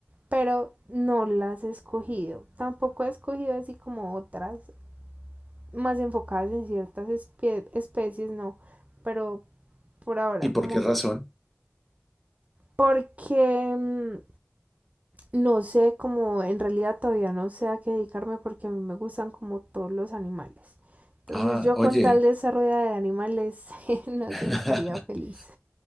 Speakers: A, on the right; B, in the centre.
A: pero no las he escogido, tampoco he escogido así como otras. más enfocadas en ciertas espe especies, no, pero por ahora
B: ¿Y
A: como
B: por qué razón?
A: que- porque mm, no sé como en realidad todavía no sé a qué dedicarme porque a mí me gustan como todos los animales. Entonces
B: Ah,
A: yo
B: oye,
A: con tal de esa rueda de animales, <laughs> no
B: <laughs>
A: sé, estaría feliz.